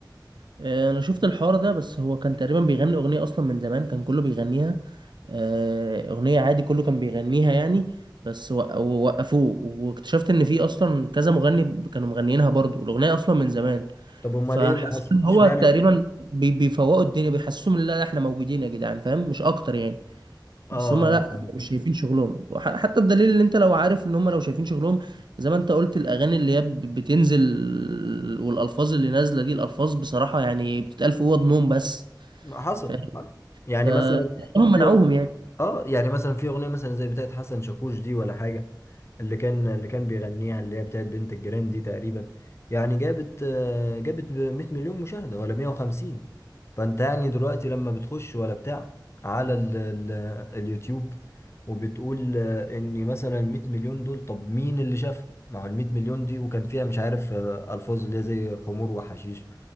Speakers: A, on the right; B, on the left.
A: آه، انا شفت الحوار ده بس هو كان تقريبا بيغني اغنيه اصلا من زمان كان كله بيغنيها آه، اغنيه عادي كله كان بيغنيها يعني بس وق- ووقفوه واكتشفت ان في اصلا كذا مغني كانوا مغنيينها برضو الاغنيه اصلا من زمان
B: طب امال
A: فحسيت
B: ايه اللي حصل
A: ان هو
B: اشمعنى
A: تقريبا بي- بيفوقوا الدنيا بيحسسهم ان لا احنا موجودين يا جدعان فاهم مش اكتر يعني
B: اه
A: بس هم
B: اه
A: لا
B: فاهم
A: مش شايفين شغلهم وح- حتى بدليل ان انت لو عارف ان هم لو شايفين شغلهم زي ما انت قلت الاغاني اللي هي ب- بتنزل والالفاظ اللي نازله دي الالفاظ بصراحه يعني بتتقال في اوض نوم بس
B: ما حصل
A: فاهم
B: يعني
A: ف-
B: مثلا
A: فهم منعوهم
B: في أغ-
A: يعني
B: اه يعني مثلا في اغنيه مثلا زي بتاعت حسن شاكوش دي ولا حاجه اللي كان اللي كان بيغنيها اللي هي بتاعت بنت الجيران دي تقريبا يعني جابت آه، جابت 100 مليون مشاهده ولا 150 فانت يعني دلوقتي لما بتخش ولا بتاع على ال ال اليوتيوب وبتقول آه، ان مثلا 100 مليون دول طب مين اللي شافها؟ ما هو ال 100 مليون دي وكان فيها مش عارف آه، الفاظ اللي هي زي خمور وحشيش